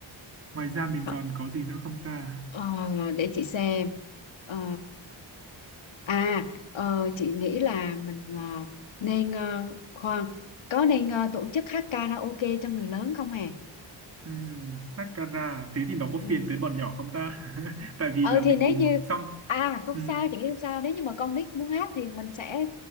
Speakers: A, on the right (about 30°); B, on the left (about 75°).
A: Ngoài ra mình
B: Ờ,
A: còn có gì nữa không ta?
B: Ờ, để chị xem Ờ, à ờ, chị nghĩ là mình ờ, nên ờ, khoan có nên ờ, tổ chức hát karaoke cho người lớn không hè
A: Ừm, mascara. Thế thì nó có
B: Ừ.
A: phiền tới bọn nhỏ không ta? <laughs> Tại vì
B: ờ
A: là mình
B: thì nếu
A: cùng
B: như
A: xong.
B: à không
A: Ừm,
B: sao chị nghĩ không sao nếu như mà con nít muốn hát thì mình sẽ